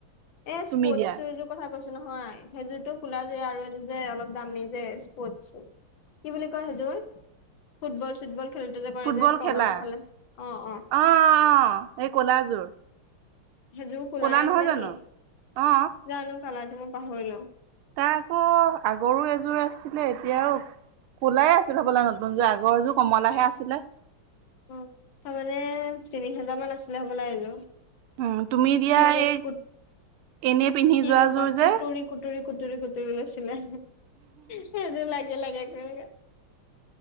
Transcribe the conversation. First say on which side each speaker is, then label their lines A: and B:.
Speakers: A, on the left; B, on the right.
A: এ
B: তুমি
A: স্পৰ্টছ
B: দিয়া
A: কথা কৈছোঁ নহয় সেইযোৰতো খোলা য আৰু এইযোৰ যে অলপ দামী যে স্পট কি বুলি কয় হযোৰ ফুটবল চুটবল খেলটো যে কৰে
B: ফুটবল
A: যে তলৰ
B: খেলা
A: ফালে অ', অ',।
B: অ', অ', অ' এই কলাযোৰ।
A: সেযোৰোৰ কোলাই
B: কলা
A: আছিলে
B: নহয় জানো
A: নি?
B: অ
A: জানো কালাটো মই পাহৰিলো।
B: তাৰ আকৌ আ গৰু এযোৰ আছিলে এতিয়া আৰু ক'লাই আছিলে হ'বলা নতুনযোৰ আগৰ এযোৰ কমলাহে আছিলে।
A: অঁ', তাৰমানে তিনি হেজাৰমান আছিলে হ'ব লয এইযোৰ।
B: উম, তুমি দিয়া
A: সি মোক
B: এই এনে পিন্ধি
A: সি
B: যোৱাযোৰ
A: মোৰ পৰা কুটুৰি
B: যে,
A: কুটুৰি কুটুৰি কুটুৰি লৈছিলে সেইযোৰ লাগে লাগে কৰি